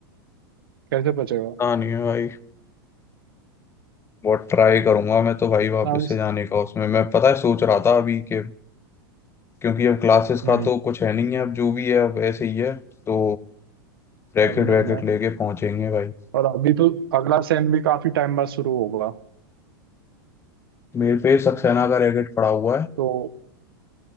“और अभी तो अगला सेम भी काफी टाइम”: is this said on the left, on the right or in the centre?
Right